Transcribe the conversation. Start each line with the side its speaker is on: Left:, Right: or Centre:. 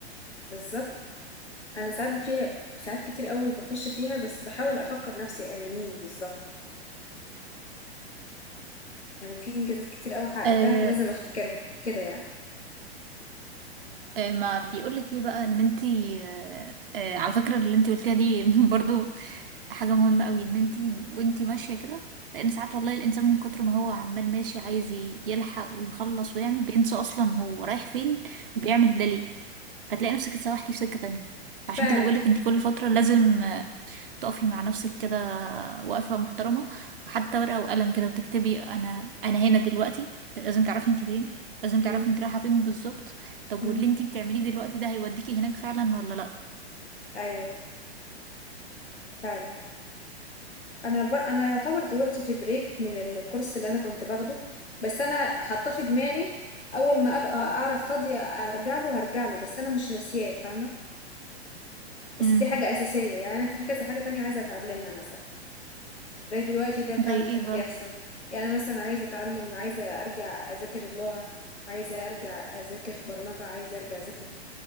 Left: بالظبط انا ساعات فيها ساعات كتير قوي بخش فيها بس بحاول افكر نفسي انا مين بالظبط يعني في انجازات كتير قوي حققتها
Right: آه
Left: فلازم افتكرها كده يعني
Right: آه ما بيقولك ايه بقى ان انت آه آه على فكرة اللي انت قلتيها دي <laughs> برضو حاجة مهمة قوي ان انت وانت ماشية كده لان ساعات والله الانسان من كتر ما هو عمال ماشي عايز يلحق ويخلص ويعمل بينسى اصلا هو رايح فين وبيعمل ده ليه فتلاقي نفسك اتسوحتي في سكة تانية عشان
Left: فعلا
Right: كده بيقولك انت كل فترة لازم تقفي مع نفسك كده وقفة محترمة وحتى ورقة وقلم كده وتكتبي أنا أنا هنا دلوقتي لازم تعرفي انت فين لازم تعرفي
Left: مم.
Right: انت رايحة فين بالظبط طب
Left: مم.
Right: واللي انت بتعمليه دلوقتي ده هيوديكي هناك فعلا ولا لأ
Left: ايوه فعلا انا ب... انا يعتبر دلوقتي في بريك من الكورس اللي انا كنت باخده بس انا حاطه في دماغي اول ما ابقى اعرف فاضيه ارجع له هرجع له بس انا مش ناسياه فاهمه بس
Right: امم
Left: دي حاجه اساسيه يعني انا في كذا حاجه تانية عايزه اتعلمها مثلا زي دلوقتي ده فعلا
Right: زي ايه
Left: اللي
Right: بقى
Left: بيحصل يعني أنا مثلا عايزة أتعلم عايزة أرجع أذاكر اللغة عايزة أرجع أذاكر برمجة عايزة أرجع أذاكر